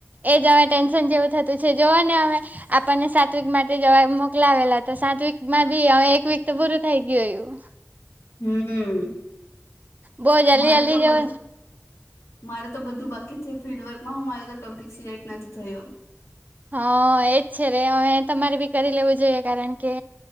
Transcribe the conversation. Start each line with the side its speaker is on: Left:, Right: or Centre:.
Right: એજ અમે ટેન્શન જેવું થતું છે, જોવો ને હવે. આપણને સાત વીક માટે જવા મોકલાવેલા તો સાત વીક માં બી હવે એક વીક તો પૂરું થઈ ગયુ. <inaudible>
Left: હમ્મ,
Right: બહુ જલ્દી
Left: મારે
Right: જલ્દી
Left: તો બધું
Right: જવ
Left: મારે તો બધું બાકી છે ફિલ્ડ વર્કમાં, હું મારો તો ટોપિક સિલેક્ટ નથી થયો.
Right: હા એજ છે રે, હવે તમારે બી કરી લેવું જોઈએ, કારણ કે